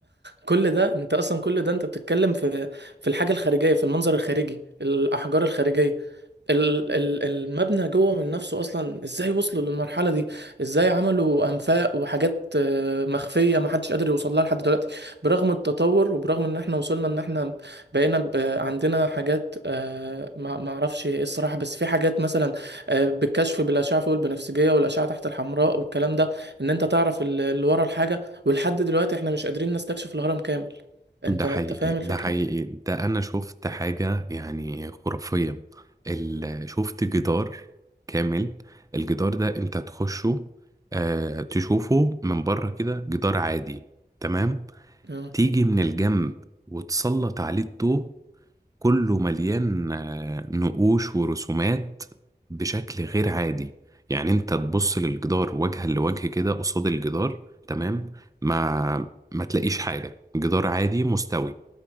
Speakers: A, on the right; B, on the right.
A: كل ده انت اصلا كل ده انت بتتكلم في في الحاجه الخارجيه في المنظر الخارجي الاحجار الخارجيه ال- ال- المبنى جوه من نفسه اصلا ازاي وصلوا للمرحله دي ازاي عملوا انفاق وحاجات آه، مخفيه ما حدش قادر يوصل لها لحد دلوقتي برغم التطور وبرغم ان احنا وصلنا ان احنا بقينا ب- عندنا حاجات آه، ما ما اعرفش ايه الصراحه بس في حاجات مثلا آه، بالكشف بالاشعه فوق البنفسجيه والاشعه تحت الحمراء والكلام ده ان انت تعرف ال- اللي ورا الحاجه ولحد دلوقتي احنا مش قادرين نستكشف الهرم كامل انت
B: ده
A: انت
B: حقيقي
A: فاهم
B: ده
A: الفكرة
B: حقيقي ده أنا شفت حاجة يعني خرافية ال... شفت جدار كامل الجدار ده أنت تخشه آه تشوفه من بره كده جدار عادي تمام
A: اه
B: تيجي من الجنب وتسلط عليه الضوء كله مليان آه، نقوش ورسومات بشكل غير عادي يعني انت تبص للجدار وجها لوجه كده قصاد الجدار تمام ما ما تلاقيش حاجة جدار عادي مستوي